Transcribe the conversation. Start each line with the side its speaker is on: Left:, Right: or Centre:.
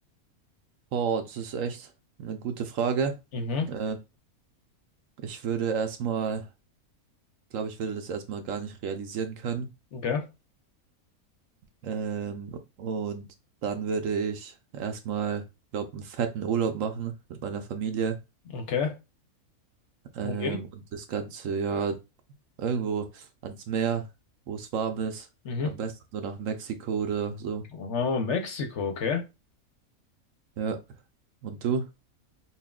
Right: Boah, das ist echt eine gute Frage.
Left: Mhm.
Right: Äh, ich würde erstmal, glaube ich, würde das erstmal gar nicht realisieren können.
Left: Okay.
Right: Ähm, und dann würde ich erstmal, glaube einen fetten Urlaub machen mit meiner Familie.
Left: Okay.
Right: Ähm,
Left: Wohin?
Right: und das Ganze ja irgendwo ans Meer, wo es warm ist.
Left: Mhm.
Right: Am besten nur nach Mexiko oder so.
Left: Oh, Mexiko, okay.
Right: Ja. Und du?